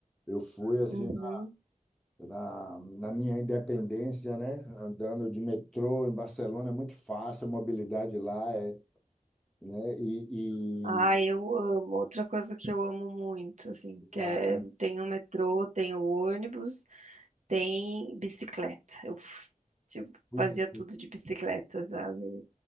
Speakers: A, in the centre; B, on the right (about 60°).
A: Eu fui assim
B: Uhum.
A: na, na minha independência, né? Andando de metrô em Barcelona é muito fácil, a mobilidade lá é, né? E,
B: Ai,
A: e
B: eu amo. Outra coisa que eu amo muito, assim, que
A: lá,
B: é, tem o metrô, tem o ônibus, tem bicicleta. Eu, f- tipo,
A: pois
B: fazia
A: é,
B: tudo de bicicleta, sabe?